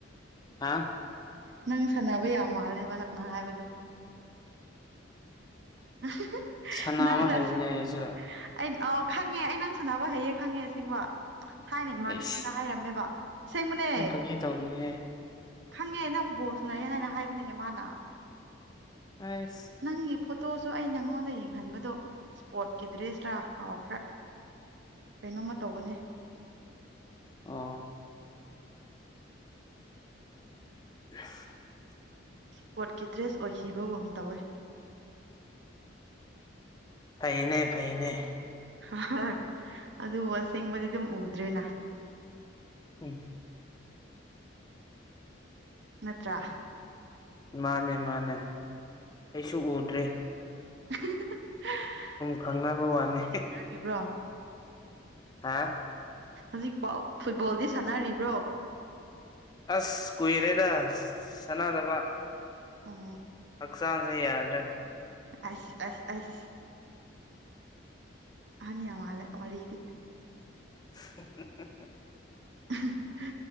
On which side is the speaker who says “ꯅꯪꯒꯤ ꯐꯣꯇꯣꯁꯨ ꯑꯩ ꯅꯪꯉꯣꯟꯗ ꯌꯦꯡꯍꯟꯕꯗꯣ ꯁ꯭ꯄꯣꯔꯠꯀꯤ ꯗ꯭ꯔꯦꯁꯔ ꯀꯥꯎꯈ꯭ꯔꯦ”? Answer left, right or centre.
Right